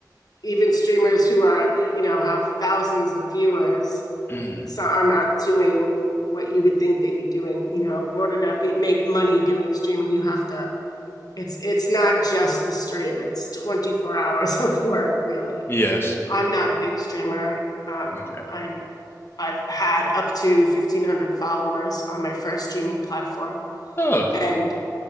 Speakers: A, on the left (about 60°); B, on the left (about 35°).
A: even streamers who are, you know, have thousands of viewers
B: Mhm.
A: so are not doing what you would think they'd be doing. You know, in order to be, make money doing streaming, you have to. It's it's not just the stream. It's 24 <laughs> hours of work, really.
B: Yes.
A: I'm not a big streamer. Um,
B: Okay.
A: I'm I've had up to 1,500 followers on my first streaming platform,
B: Oh.
A: and